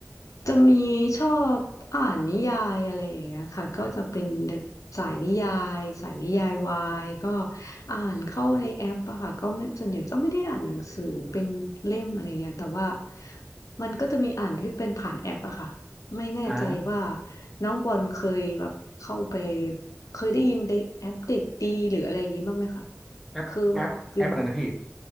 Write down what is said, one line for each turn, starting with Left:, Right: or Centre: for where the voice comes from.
Left: จะมีชอบอ่านนิยายอะไรอย่างเงี้ยค่ะก็จะเป็นแบบสายนิยายสายนิยายวายก็อ่านเข้าในแอปอะค่ะก็ไม่ส่วนใหญ่ก็ไม่ได้อ่านหนังสือเป็นเล่มอะไรเงี้ยแต่ว่ามันก็จะมีอ่านที่เป็นผ่านแอปอะค่ะไม่แน่ใจว่า
Centre: อ่า
Left: น้องบอลเคยแบบเข้าไปเคยได้ยินเด็กแอปเด็กดีหรืออะไรอย่างงี้บ้างไหมคะ
Centre: แอปแอปแอปอะไรนะพี่
Left: คือว่าฟิล